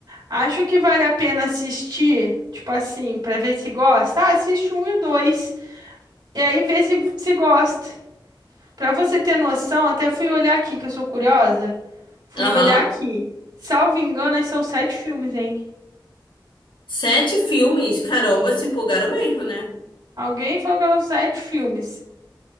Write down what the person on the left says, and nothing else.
Aham.
Sete filmes. Caramba, se empolgaram mesmo, né?